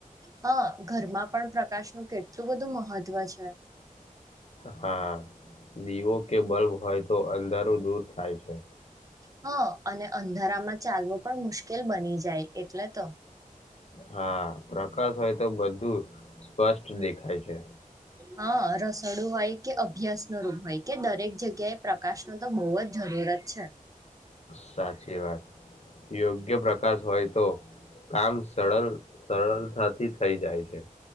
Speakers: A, on the right; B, on the left.
A: હા ઘરમાં પણ પ્રકાશનું કેટલું બધું મહત્વ છે.
B: હા દીવો કે બલ્બ હોય તો અંધારું દૂર થાય છે.
A: હા અને અંધારામાં ચાલવો પણ મુશ્કેલ બની જાય એટલે તો.
B: હા પ્રકાશ હોય તો બધું સ્પષ્ટ દેખાય છે.
A: હા રસોડું હોય કે અભ્યાસ નું રૂપ હોય કે દરેક જગ્યાએ પ્રકાશ નુ તો બહુ જ જરૂરત છે
B: સાચી વાત યોગ્ય પ્રકાર પ્રકાશ હોય તો કામ સરળ સરળતાથી થઈ જાય છે.